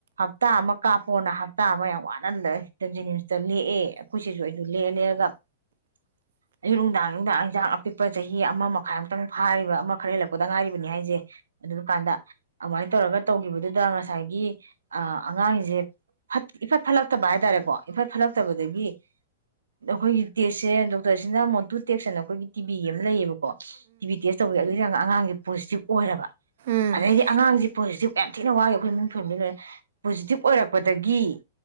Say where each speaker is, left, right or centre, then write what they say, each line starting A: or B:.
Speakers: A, on the right; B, on the right.
A: ꯍꯞꯇꯥ ꯑꯃ ꯀꯥꯞꯄꯣꯅ ꯍꯞꯇꯥ ꯑꯃ ꯌꯥꯝ ꯋꯥꯅꯑꯟꯗꯤ ꯂꯩꯝꯖꯅꯤꯝꯁꯇ ꯂꯦꯛꯑꯦ ꯑꯩꯈꯣꯏꯁꯤꯁꯨ ꯑꯩꯩꯁꯨ ꯂꯦꯛꯑ ꯂꯦꯛꯑꯒ ꯑꯌꯨꯛ ꯅꯨꯡꯗꯥꯡ ꯅꯨꯡꯗꯥꯡ ꯏꯟꯁꯥꯡ ꯑꯄꯤꯛꯄ ꯆꯍꯤ ꯑꯃ ꯃꯈꯥꯏꯃꯨꯛꯇꯪ ꯐꯥꯔꯤꯕ ꯑꯃ ꯈꯔ ꯍꯦꯜꯂꯛꯄꯗ ꯉꯥꯏꯔꯤꯕꯅꯤ ꯍꯥꯏꯁꯦ ꯑꯗꯨꯀꯥꯟꯗ ꯑꯗꯨꯃꯥꯏꯅ ꯇꯧꯔꯒ ꯇꯧꯈꯤꯕꯗꯨꯗ ꯉꯁꯥꯏꯒꯤ ꯑꯉꯥꯡꯁꯦ ꯏꯐꯠ ꯐꯠꯂꯛꯇꯕ ꯍꯥꯏꯇꯥꯔꯦꯀꯣ ꯏꯝꯐꯠ ꯐꯠꯂꯛꯇꯕꯗꯒꯤ ꯑꯩꯈꯣꯏꯒꯤ ꯇꯦꯛꯁꯁꯦ ꯗꯣꯛꯇꯔꯁꯤꯅ ꯃꯣꯇꯨ ꯇꯦꯛꯁ ꯑꯅ ꯑꯩꯈꯣꯏꯒꯤ ꯇꯤꯕꯤ ꯑꯃ ꯂꯩꯌꯦꯕꯀꯣ ꯀꯣ ꯇꯤꯚꯕꯤ ꯇꯦꯁ ꯇꯧꯦ ꯑꯉꯥꯡꯁꯦ ꯄꯣꯖꯤꯇꯤꯕ ꯑꯣꯏꯔꯕ
B: ꯎꯝ ꯎꯝ ꯎꯝ
A: ꯑꯗꯩꯗꯤ ꯑꯉꯥꯡꯁꯤ ꯄꯣꯖꯤꯇꯤꯕ ꯌꯥꯝ ꯊꯤꯅ ꯋꯥꯒꯦ ꯑꯩꯈꯣꯏ ꯏꯡ ꯐꯦꯃꯤꯂꯤ ꯂꯣꯏꯔꯦ ꯄꯣꯖꯤꯇꯤꯚ ꯑꯣꯏꯔꯛꯄꯗꯒꯤ